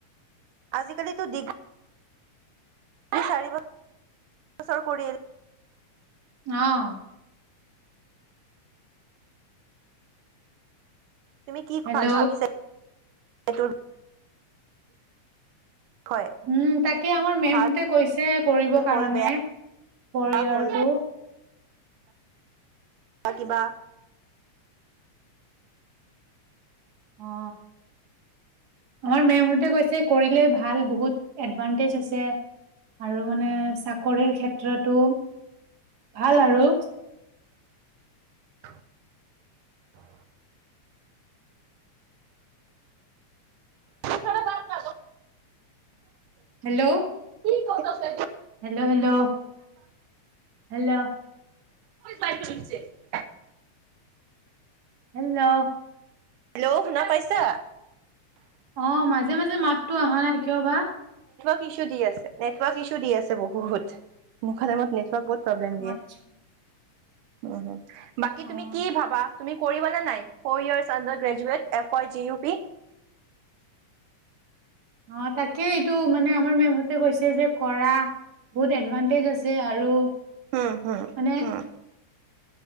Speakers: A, on the right; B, on the right.
A: আজিকালিতো ডিগ্ৰী চাৰিবছৰ কৰিল <unintelligible>
B: আহ
A: তুমি কি
B: হেল্ল'
A: ভাবিছা সেটোৰ বিষয়ে
B: উম তাক আমাৰ মেমহতে
A: ভাল
B: কৈছে কৰিব কাৰণে
A: হ'ল বেয়া
B: পৰিয়াৰটো
A: হ'ল বা কিবা
B: অ আমাৰ মেমহতে কৈছে কৰিলে ভাল বহুত এডভানটেজ আছে আৰু মানে চাকৰিৰ ক্ষেত্ৰতো ভাল আৰু
A: <inaudible> য <unintelligible>
B: হেল্ল'
A: ছে <unintelligible>
B: hello hello hello
A: াইছে <unintelligible>
B: hello
A: hello শুনা পাইছা
B: অ মাজে মাজে মাতো অহা নাই। <unintelligible> কিয় বা। <unintelligible>
A: ইছু দি আছে নেটৱৰ্ক ইছু দি আছে বহুত। <unintelligible> বহুত প্ৰব্লেম দিয়ে।
B: আচ্ছা
A: <unintelligible> উ হ <inaudible> বাকী
B: অ',
A: তুমি কি ভাবা। <unintelligible> তুমি কৰিবা নে নাই four years under graduate F াই G U P. <unintelligible>
B: অ তাকে এইটো মানে আমাৰ মেমহতে কৈছে যে কৰা বহুত এডভানটেজ আছে আৰু। <unintelligible>
A: হম হম
B: মানে
A: হম <inaudible>